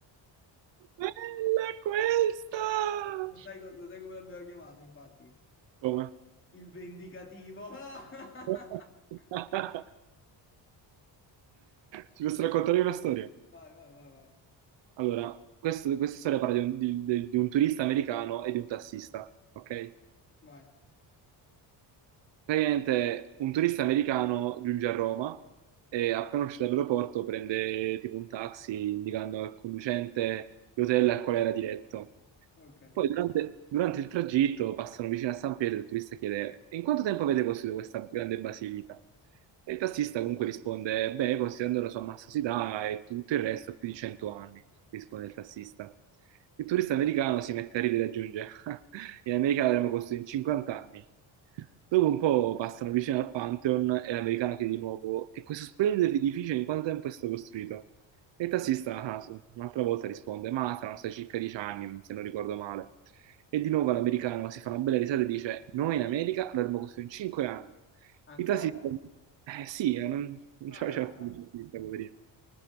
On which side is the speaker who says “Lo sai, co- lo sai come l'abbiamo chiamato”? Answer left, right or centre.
Left